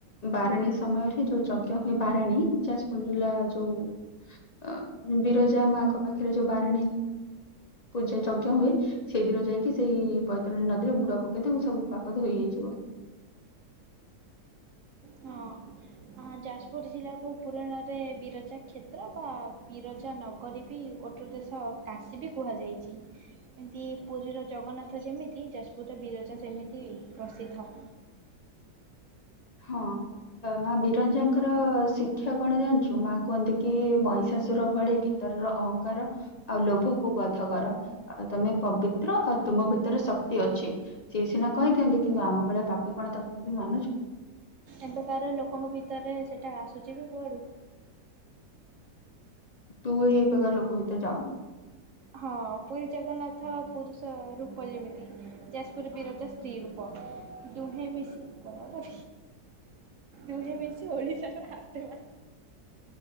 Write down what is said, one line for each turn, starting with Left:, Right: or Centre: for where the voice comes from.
Left: ବାରେଣୀ ସମୟରେ ଯୋଉ ଯଜ୍ଞ ହୁଏ ବାରେଣୀ ଯାଜପୁର ଜିଲ୍ଲା ଯୋଉ ଅ ବିରଜାମାଙ୍କ ପାଖରେ ଯୋଉ ବାରେଣୀ ପୂଜା ଯଜ୍ଞ ହୁଏ ସେଇଦିନ ଯାଇକି ସେଇ ବୈତରଣୀ ନଦୀରେ ବୁଡ ପକେଇ ଦେବୁ ସବୁ ପାପ ଧୋଇ ହେଇଯିବ।
Right: ହଁ।। ଅ ଯାଜପୁର ଜିଲ୍ଲା କୁ ପୁରାଣରେ ବିରଜା କ୍ଷେତ୍ର ବା ବିରଜା ନଗରୀ ବି ଓଟ ଦେଶ କାଶୀ ବି କୁହାଯାଇଛି। ଏମିତି ପୁରୀର ଜଗନ୍ନାଥ ଯେମିତି ଯାଜପୁରର ବିରଜା ସେମିତି ପ୍ରସିଦ୍ଧ।
Left: ହଁ। ମା ବିରଞ୍ଜାଙ୍କର ଶିକ୍ଷା କଣ ଜାଣିଛୁ? ମା କୁହନ୍ତି କି ମହିଷାସୁର ଭଳି ଭି ତରର ଅହଂଙ୍କାର। ଆଉ ଲୋଭକୁ ବଧ କର, ଆ ତମେ ପବିତ୍ର ଆଉ ତୁମ ଭିତରେ ଶକ୍ତି ଅଛି। ସିଏ ସିନା କହିଦିଅନ୍ତି, କିନ୍ତୁ ଆମ ଭଳିଆ ପାପି କଣ ତାକୁ ଯି ମାନୁଛୁ।
Right: ଏବେକାର ଲୋକଙ୍କ ଭିତରେ ସେଇଟା ଆସୁଛି ବି କୁଆଡୁ।
Left: ତୁ ଏଇ ପ୍ରକାର ଲୋକ ଭିତରେ ଯାଉନୁ‌।
Right: ହଁ, ପୁରୀ ଜଗନ୍ନାଥ ପୁରୁଷ ରୂପ ଯେମିତି ଯାଜପୁର ବିରଜା ସ୍ତ୍ରୀ ରୂପ। ଦୁହେଁ ମିଶି କରନା ଦୁହେଁ ମିଶି ଓଡିଶାର ହାତ